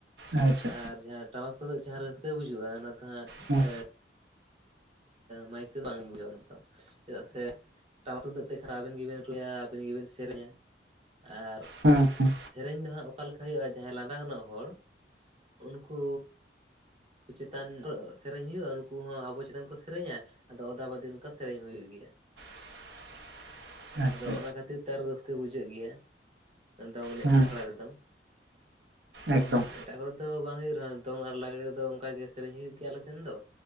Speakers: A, on the right (about 75°); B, on the right (about 35°).
A: ᱟᱪᱪᱷᱟ
B: ᱟᱨ ᱡᱟᱦᱟᱸ ᱴᱟᱢᱟᱠ ᱛᱩᱸᱫᱟᱜ ᱡᱟᱦᱟᱸ ᱨᱟᱹᱥᱠᱟᱹᱭ ᱵᱩᱡᱷᱩᱣᱟ ᱚᱱᱟ ᱫᱚ ᱦᱟᱸᱜ
A: ᱦᱮᱸ
B: ᱮᱫᱼᱼ ᱢᱟᱭᱤᱠ ᱛᱮ ᱵᱟᱝ <unintelligible> ᱪᱮᱫᱟᱜ ᱥᱮᱼᱼ ᱴᱟᱢᱟᱠ ᱛᱩᱢᱫᱟᱹᱜ ᱛᱮᱠᱷᱟᱱ ᱟᱵᱤᱱ ᱜᱮᱵᱮᱱ ᱨᱩᱭᱟ ᱟᱹᱵᱤᱱ ᱜᱮᱵᱤᱱ ᱥᱮᱨᱮᱧᱟ᱾ ᱟᱨᱼᱼ
A: ᱦᱩᱸ ᱦᱩᱸ
B: ᱥᱮᱨᱮᱧ ᱫᱚ ᱦᱟᱸᱜ ᱚᱠᱟ ᱞᱮᱠᱟ ᱦᱩᱭᱩᱜᱼᱟ ᱡᱟᱦᱟᱸᱭ ᱞᱟᱸᱫᱟ ᱜᱟᱱᱚᱜ ᱦᱚᱲ ᱩᱱᱠᱩᱼᱼ ᱪᱮᱛᱟᱱᱱ ᱨᱚ ᱥᱮᱨᱮᱧ ᱦᱩᱭᱩᱜᱼᱟ ᱩᱱᱠᱩ ᱦᱚᱸ ᱟᱵᱚ ᱪᱮᱛᱟᱱ ᱠᱚ ᱥᱮᱨᱮᱧᱟᱼᱼ ᱟᱫᱚ ᱚᱫᱟ ᱵᱟᱫᱤ ᱚᱱᱠᱟ ᱥᱮᱨᱮᱧ ᱦᱩᱭᱩᱜ ᱜᱮᱭᱟ᱾
A: <inaudible> ᱟᱪᱪᱷᱟ
B: ᱟᱫᱚ ᱚᱱᱟ ᱠᱷᱟᱹᱛᱤᱨ ᱛᱮ ᱟᱨᱚ ᱨᱟᱹᱥᱠᱟᱹ ᱵᱩᱡᱷᱟᱹᱜ ᱜᱮᱭᱟ᱾ ᱫᱚᱝ ᱮᱱᱮᱜ
A: ᱦᱮᱸ
B: ᱟᱠᱷᱲᱟ ᱨᱮᱫᱚᱸᱼᱼ
A: ᱮᱠᱫᱚᱢ
B: ᱮᱴᱟᱜ ᱠᱚᱨᱮ ᱫᱚ ᱵᱟᱝ ᱦᱩᱭᱩᱜ ᱨᱮᱦᱚᱸ ᱫᱚᱝ ᱟᱨ ᱞᱟᱜᱽᱲᱮ ᱨᱮᱫᱚ ᱚᱱᱠᱟᱜᱮ ᱥᱮᱨᱮᱧ ᱦᱩᱭᱩᱜ ᱜᱮᱭᱟ ᱟᱞᱮ ᱥᱮᱱ ᱫᱚᱼᱼ